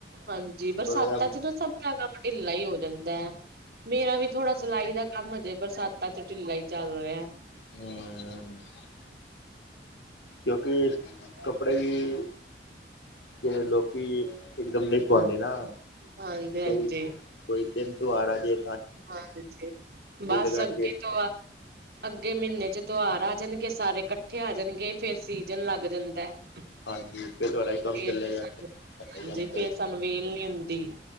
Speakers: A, on the right; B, on the left.
A: ਹਾਂਜੀ ਬਰਸਾਤਾਂ
B: ਥੋੜਾ ਜਾ
A: ਚ ਤਾਂ ਸਭ ਕੰਮ ਢਿੱਲਾ ਈ ਹੋ ਜਾਂਦਾ ਐ। ਮੇਰਾ ਵੀ ਥੋੜਾ ਸਿਲਾਈ ਦਾ ਕੰਮ ਹਜੇ ਬਰਸਾਤਾਂ ਚ ਢਿਲਾ ਈ ਚੱਲ ਰੇਐ।
B: ਹੂੰ। ਕਿਉਂਕਿ ਕੱਪੜੇ ਈ ਜਿਹੜੇ ਲੋਕੀ ਇਕ ਦਮ ਨਹੀਂ ਪਾਉਂਦੇ ਨਾ
A: ਹਾਂਜੀ
B: ਕੋਈ
A: ਹਾਂਜੀ
B: ਕੋਈ ਦਿਨ ਤੂੰਆਰ ਆਜੇ
A: ਹਾਂਜੀ ਬਸ
B: ਕਰਕੇ
A: ਅਗੇ ਤੋਂ ਆ ਅੱਗੇ ਮਹੀਨੇ ਚ ਤਿਉਹਾਰ ਆ ਜਾਨਗੇ ਸਾਰੇ ਇਕੱਠੇ ਆ ਜਾਨਗੇ ਫੇਰ ਸੀਜਨ ਲੱਗ ਜਾਂਦਾ ਫੇਰ
B: ਹਾਂਜੀ ਫਿਰ ਤੁਹਾਡਾ ਹੀ ਕੰਮ
A: ਤੇ
B: ਚੱਲੇਗਾ
A: ਸਾੰਨੂ
B: ਕੰਮ
A: ਹਾਂਜੀ
B: ਚੱਲ
A: ਫੇਰ ਸਾਨੂੰ ਵੇਲ ਨੀ ਹੁੰਦੀ